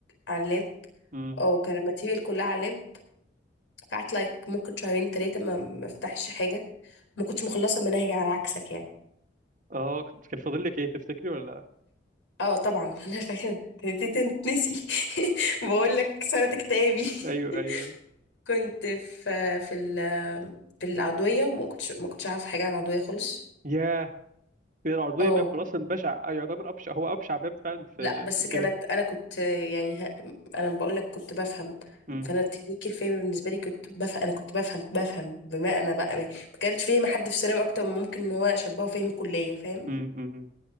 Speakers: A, on the left; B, on the right.
A: على اللاب
B: امم
A: او كان الماتيريال كلها على اللاب قعدت لايك ممكن شهرين ثلاثه ما ما افتحش حاجه ما كنتش مخلصه المناهج على عكسك يعني
B: اه كنت- كان فاضل لك ايه تفتكري ولا لا؟
A: اه طبعا <laughs> انا فاهم دي تنسي <laughs> بقول لك سنة اكتئابي
B: ايوه ايوه ايوه
A: <laughs> كنت في في ال في العضوية ما كنتش ما كنتش عارفة حاجة عن العضوية خالص
B: ياه كان العرضيه
A: اه
B: باب من اصلا بشع آه، يعتبر ابشع هو ابشع باب فعلا في
A: لا بس
B: في الكيمياء
A: كانت انا كنت يعني ه- انا بقول لك كنت بفهم
B: امم
A: فانا التكنيك الفهم بالنسبة لي كنت بفهم انا كنت بفهم بفهم بمعنى بقى ما ما كانش فهم حد في ثانوي اكتر من ممكن ان هو شبهه فهم الكلية فاهم
B: امم امم